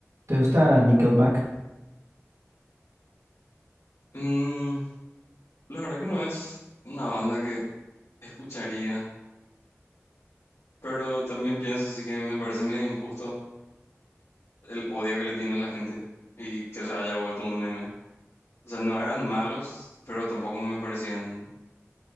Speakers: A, on the right; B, on the left.
A: ¿Te gusta Nickelback?
B: Mm, la verdad que no es una banda que escucharía, pero también pienso así que me parece medio injusto el odio que le tiene la gente y que se haya vuelto un meme. O sea, no eran malos, pero tampoco me parecían